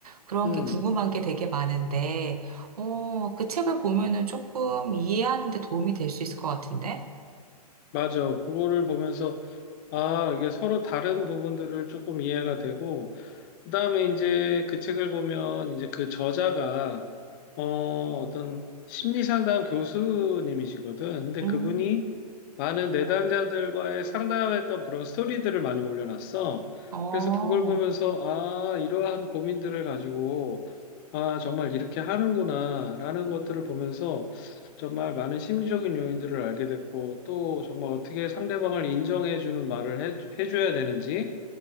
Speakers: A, on the right; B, on the left.
A: 그런
B: 음.
A: 게 궁금한 게 되게 많은데, 어, 그 책을 보면은 조금 이해하는 데 도움이 될 수 있을 것 같은데?
B: 맞아. 그거를 보면서 아, 이게 서로 다른 부분들을 조금 이해가 되고, 그 다음에 이제 그 책을 보면 이제 그 저자가, 어, 어떤 심리상담 교수님이시거든. 근데
A: 음,
B: 그분이 많은 내담자들과의 상담했던 그런 스토리들을 많이 올려놨어.
A: 어,
B: 그래서 그걸 보면서, 아, 이러한 고민들을 가지고, 아, 정말 이렇게 하는구나, 라는 것들을 보면서 정말 많은 심리적인 요인들을 알게 됐고, 또 정말 어떻게 상대방을 인정해주는 말을 해, 해줘야 되는지,